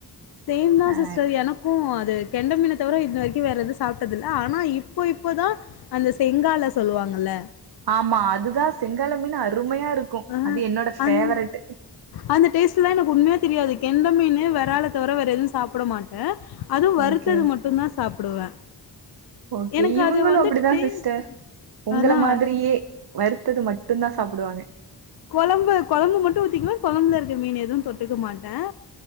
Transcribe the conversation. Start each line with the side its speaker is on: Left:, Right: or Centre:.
Left: சேம் தான்
Right: அ
Left: சிஸ்டர் எனக்கு எனக்கு அது கெண்ட மீன இது வரைக்கு வேற எதுவும் சாப்ட்டது இல்ல ஆனா இப்போ இப்போதான் அந்த செங்கால சொல்லுவாங்கல்ல
Right: ஆமா அதுதா செங்கால மீன் அருமையா இருக்கும்
Left: அ
Right: அது என்னோட
Left: அந்
Right: பேவரட்
Left: அந்த டேஸ்ட்லா எனக்கு உண்மையா தெரியாது கெண்ட மீன்னு வெறால தவிர வேற எதுவு சாப்ட மாட்டேன் அது வருத்தது
Right: ஓகே
Left: மட்டும் தா சாப்டுவே
Right: ஓகே
Left: எனக்கு
Right: இவங்களும்
Left: அது வந்து
Right: அப்டிதா
Left: டேஸ்ட்
Right: சிஸ்டர் உங்கள
Left: அதா
Right: மாதிரியே வருத்தது மட்டும்தா சாப்டுவாங்க‌
Left: கொழம்பு கொழம்பு மட்டும் ஊத்திக்குவேன் கொழம்புல இருக்க மீனு எதுவும் தொட்டுக்க மாட்டேன்